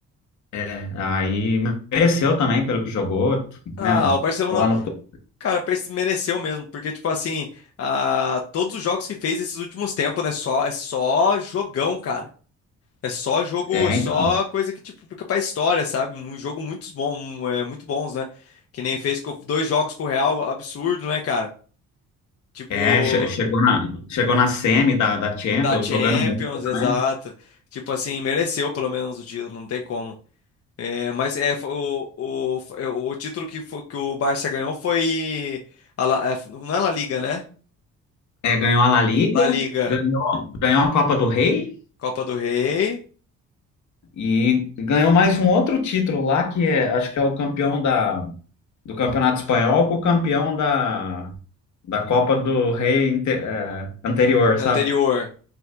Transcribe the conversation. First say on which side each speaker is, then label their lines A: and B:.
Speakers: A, on the left (about 70°); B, on the left (about 50°).
A: é, aí mereceu também pelo que jogou,
B: Ah,
A: né? O,
B: o Barcelona,
A: o ano, to-
B: cara, parece que mereceu mesmo, porque tipo assim, ah, todos os jogos que fez esses últimos tempos, né, só é só jogão, cara. É só jogo,
A: é,
B: só
A: então,
B: coisa que tipo fica pra história, sabe? Um jogo muito bom, é, muito bons, né? Que nem fez com dois jogos com o Real, absurdo, né, cara? Tipo,
A: é, che- chegou na, chegou na semi da, da Champions,
B: Da Champions,
A: jogando muito,
B: exato.
A: né?
B: Tipo assim, mereceu pelo menos o título, não tem como. É, mas é, foi o, o, é, o título que, foi, que o Barça ganhou foi a La- é, não é La Liga, né?
A: É, ganhou a La Liga,
B: La Liga,
A: ganhou, ganhou a Copa do Rei
B: Copa do Rei,
A: e ganhou mais um outro título lá, que é, acho que é o campeão da, do Campeonato Espanhol com o campeão da, da Copa do Rei inte- é, anterior,
B: anterior,
A: sabe?